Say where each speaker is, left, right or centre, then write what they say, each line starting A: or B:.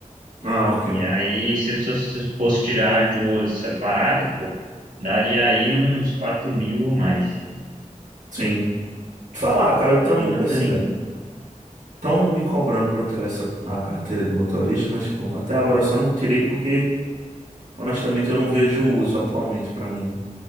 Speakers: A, on the right; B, on the right.
A: Ah, ok.
B: E aí, se você se fosse tirar as duas separado pô, daria aí uns quatro mil ou mais.
A: Sim. Te falar, cara,
B: Fica
A: eu tam,
B: bem mais
A: assim,
B: pesado.
A: tão me cobrando pra eu tirar essa, a carteira de motorista, mas, tipo, até agora eu só não tirei porque, honestamente, eu não vejo o uso atualmente pra mim.